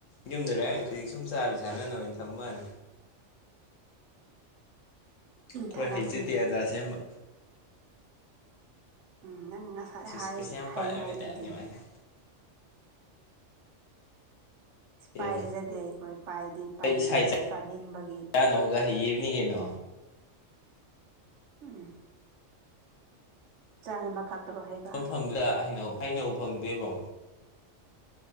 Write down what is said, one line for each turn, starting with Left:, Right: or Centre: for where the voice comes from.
Left: ꯌꯨꯝꯗꯔꯦ ꯗꯒꯤ ꯁꯨꯝ ꯆꯥꯕꯤꯁꯥꯟꯅꯅꯕꯩꯅ ꯊꯝꯕꯥꯅꯤ ꯈꯣꯏ
Right: ꯊꯥꯔꯛꯎꯅꯦ
Left: ꯍꯩꯖꯗꯦ ꯑꯆꯥꯔ ꯁꯦꯝꯕ
Right: ꯎꯝ ꯅꯪ ꯉꯁꯥꯏ
Left: ꯁꯤꯁ
Right: ꯍꯥꯏ
Left: ꯄꯩꯁꯥ ꯌꯥꯝ
Right: ꯍꯩ
Left: ꯄꯥꯏꯔꯕꯩ
Right: ꯍꯥꯏꯗꯨꯗꯤ
Left: ꯇꯥꯏꯞꯅꯤ ꯃꯥꯗꯤ
Right: ꯏꯁ
Left: ꯑꯦ
Right: ꯄꯥꯏꯖꯗꯦ ꯑꯩꯈꯣꯏ ꯄꯥꯏꯗꯦ ꯄꯥꯏꯗꯦ
Left: ꯑꯩ ꯏꯁꯥ
Right: ꯑꯗꯨ ꯆꯥꯅꯤꯡꯕꯒꯤ
Left: ꯆꯥꯅꯕꯒ ꯍꯩꯕꯅꯤ ꯀꯩꯅꯣ
Right: ꯎꯝ ꯆꯥꯅꯕ ꯈꯛꯇꯔꯣ ꯍꯩꯕ
Left: ꯃꯐꯝꯗ ꯍꯩꯅꯧ ꯍꯩꯅꯧ ꯐꯪꯗꯦꯕꯣ